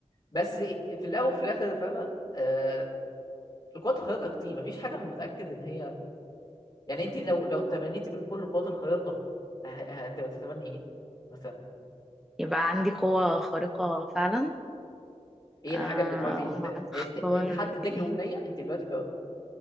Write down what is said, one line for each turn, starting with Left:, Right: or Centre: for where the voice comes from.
Left: بس في الأول في الآخر فاهمة آه القوات الخارقة كتير مفيش حاجة متأكد إن هي يعني أنت لو لو تمنيتي بين كل القوات الخارقة ه- هت- هتتمني إيه مثلا
Centre: يبقى عندي قوه خارقه فعلا
Left: ايه
Centre: آه
Left: الحاجه اللي تعوزي ت-
Centre: هختار
Left: يعني انت انت حد اداكي
Centre: ايه
Left: امنيه انت دلوقتي بقى...